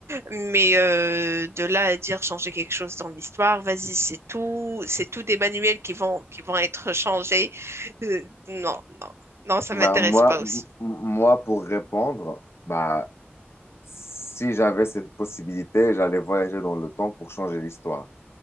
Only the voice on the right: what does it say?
Mais euh, de là à dire changer quelque chose dans l'histoire, vas-y, c'est tout, c'est tout des manuels qui vont, qui vont être changés. Euh, non, non, non, ça
m'intéresse
pas aussi.